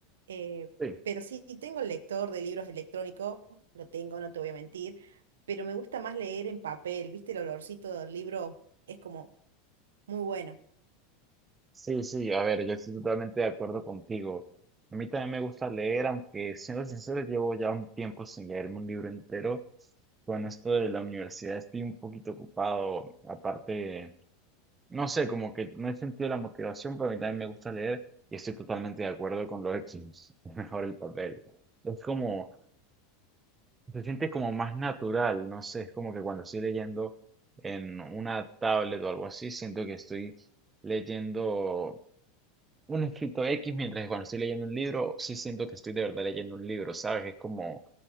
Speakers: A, on the right (about 85°); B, on the right (about 20°).
A: Eh,
B: Sí,
A: pero sí, tengo el lector de libros electrónico, lo tengo, no te voy a mentir, pero me gusta más leer en papel, ¿viste? El olorcito del libro es como muy bueno.
B: sí, sí, a ver, yo estoy totalmente de acuerdo contigo. A mí también me gusta leer, aunque siendo sincero, llevo ya un tiempo sin leerme un libro entero. Con esto de la universidad estoy un poquito ocupado. Aparte, no sé, como que no he sentido la motivación, pero a mí también me gusta leer y estoy totalmente de acuerdo con los hechos. <laughs> Es mejor el papel. Es como, se siente como más natural, no sé, es como que cuando estoy leyendo en una tablet o algo así, siento que estoy leyendo. un escrito X, mientras que cuando estoy leyendo un libro, sí siento que estoy de verdad leyendo un libro, ¿sabes? Es como